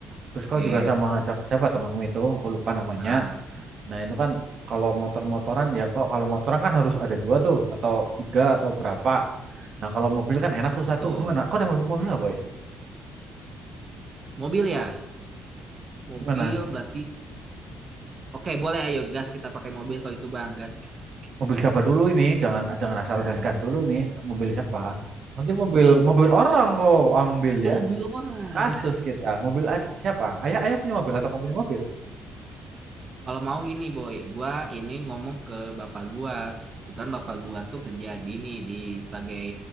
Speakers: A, on the right (about 55°); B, on the right (about 35°).
A: terus kau
B: oke
A: juga sama ngajak siapa temanmu itu aku lupa namanya
B: ah
A: nah itu kan kalau motor-motoran ya kok kalau motoran kan harus ada dua tuh atau tiga atau berapa nah kalau mobil kan enak tuh
B: betul
A: satu gimana kau ada mobil, mobil nggak boy
B: mobil ya mobil
A: gimana
B: berarti Oke, boleh ayo gas kita pakai mobil kalau itu Bang, gas kita pakai.
A: Mobil siapa dulu ini? Jangan jangan asal
B: Nah,
A: gas-gas dulu nih. Mobil siapa? Nanti mobil mobil orang kau ambil
B: oh,
A: ya.
B: mobil orang.
A: Kasus kita. Mobil ada siapa? Ayah ayah punya mobil atau kau punya mobil?
B: <laughs> Kalau mau ini Boy, gua ini ngomong ke bapak gua, kebetulan bapak gua tuh kerja di ini di sebagai